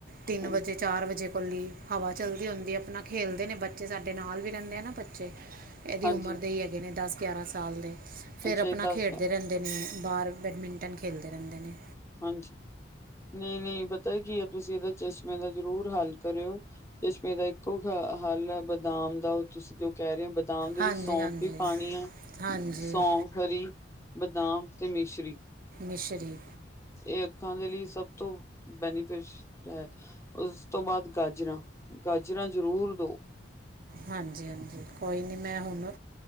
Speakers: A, on the right; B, on the left.
A: ਤਿੰਨ
B: ਹਾਂਜੀ
A: ਵਜੇ ਚਾਰ ਵਜੇ ਕੋਲ ਈ ਹਵਾ ਚਲਦੀ ਹੁੰਦੀ ਏ ਆਪਣਾ ਖੇਲਦੇ ਨੇ ਬੱਚੇ ਸਾਡੇ ਨਾਲ ਵੀ ਰਹਿੰਦੇ ਆ ਨਾ ਬੱਚੇ। ਇਹਦੀ
B: ਹਾਂਜੀ
A: ਉਮਰ ਦੇ ਈ ਹੈਗੇ ਨੇ ਦਸ ਗਿਆਰਾਂ ਸਾਲ ਦੇ ਫਿਰ
B: ਅੱਛਾ
A: ਅਪਨਾ
B: ਇਹ ਦੱਸ
A: ਖੇਡਦੇ
B: ਹੈ
A: ਰਹਿੰਦੇ <unintelligible> ਬਾਹਰ ਬੈਡਮਿੰਟਨ ਖੇਲਦੇ ਰਹਿੰਦੇ ਨੇ।
B: ਹਾਂਜੀ, ਨਹੀਂ ਨਹੀਂ ਪਤਾ ਕੀ ਐ ਤੁਸੀ ਇਹਦਾ ਚਸ਼ਮੇ ਦਾ ਜ਼ਰੂਰ ਹੱਲ ਕਰਿਓ। ਚਸ਼ਮੇ ਦਾ ਇੱਕੋ ਹੱਲ ਐ ਬਦਾਮ ਦਾ ਤੁਸੀਂ ਜੋ ਕਹਿ ਰਹੇ ਬਦਾਮ ਦੇ ਵਿੱਚ
A: ਹਾਂਜੀ
B: ਸੌਂਫ
A: ਹਾਂਜੀ
B: ਵੀ ਪਾਉਣੀ ਆ।
A: ਹਾਂਜੀ
B: ਸੌਂਫ ਹਰੀ, ਬਦਾਮ ਤੇ ਮਿਸ਼ਰੀ
A: ਮਿਸ਼ਰੀ
B: ਇਹ ਅੱਖਾਂ ਦੇ ਲਈ ਸਭ ਤੋਂ ਬੈਨੀਫਿਸ਼ਰੀ ਹੈ। ਉਸ ਤੋਂ ਬਾਅਦ ਗਾਜਰਾਂ। ਗਾਜਰਾਂ ਜ਼ਰੂਰ ਦੋ
A: ਹਾਂਜੀ ਹਾਂਜੀ ਕੋਈ ਨਹੀਂ ਮੈਂ ਹੁਣ